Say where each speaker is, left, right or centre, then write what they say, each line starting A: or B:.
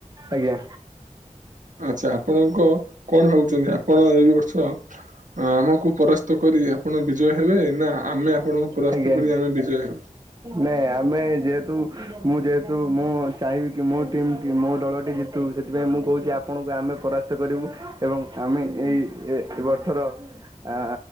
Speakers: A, on the right; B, on the right.
A: ଆଜ୍ଞା।
B: ଆଛା ଆପଣଙ୍କ କଣ ଭାବୁଛନ୍ତି ଆପଣ ଏଇ ବର୍ଷ ଆମକୁ ପରାସ୍ ସ୍ତ କରି ଆପଣ ବିଜୟ ହେବେ ନା ଆମେ ଆପଣଙ୍କୁ ପରାସ୍ତ
A: ଆଜ୍ଞା।
B: କରି ଆମେ ବିଜୟ ହେବୁ?
A: ନାଇଁ ଆମେ ଯେହେତୁ ମୁଁ ଯେହେତୁ ମୁଁ ଚାହିଁବି କି ମୋ ଟିମ ମୋ ଦଳଟି ଜି ତୁ ସେଥିପାଇଁ ମୁଁ କହୁଛି ଆପଣଙ୍କୁ ଆମେ ପରାସ୍ତ କରିବୁ ଏବଂ ଆମେ ଏଇ ଏଇ ବର୍ଷର ଆ